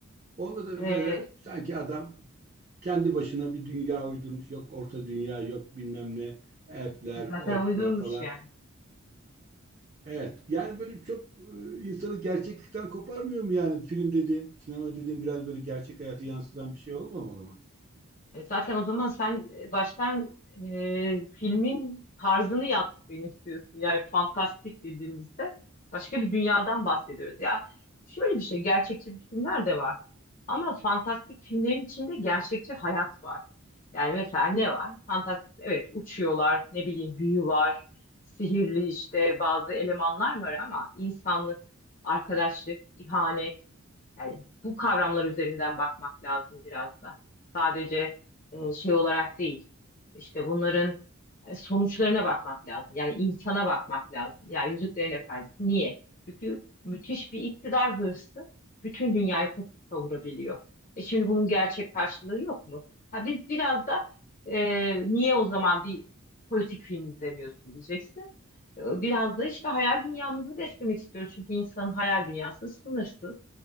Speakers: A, on the right (about 35°); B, on the left (about 40°).
A: Onda da
B: Ee,
A: böyle sanki adam kendi başına bir dünya uydurmuş. Yok orta dünya, yok bilmem ne, elfler,
B: zaten
A: orklar
B: uydurmuş
A: falan.
B: yani.
A: Evet. Yani böyle çok e, insanı gerçeklikten koparmıyor mu yani film dediğin, sinema dediğin biraz böyle gerçek hayatı yansıtan bir şey olmamalı mı?
B: E, zaten o zaman sen e, baştan e, filmin tarzını yanlış benimsiyorsun. Yani fantastik dediğimizde başka bir dünyadan bahsediyoruz. Ya şöyle bir şey, gerçekçi bir filmler de var. Ama fantastik filmlerin içinde gerçekçi hayat var. Yani mesela ne var? Fantastik, evet uçuyorlar, ne bileyim büyü var, sihirli işte bazı elemanlar var ama insanlık, arkadaşlık, ihanet. Yani bu kavramlar üzerinden bakmak lazım biraz da. Sadece e, şey olarak değil. İşte bunların e, sonuçlarına bakmak lazım. Yani insana bakmak lazım. Yani Yüzüklerin Efendisi niye? Çünkü müthiş bir iktidar hırsı bütün dünyayı kasıp kavurabiliyor. E şimdi bunun gerçek karşılığı yok mu? Ha biz biraz da e, niye o zaman bir politik film izlemiyorsun diyeceksin. E, Biraz da işte hayal dünyamızı beslemek istiyoruz. Çünkü insanın hayal dünyası sınırsız.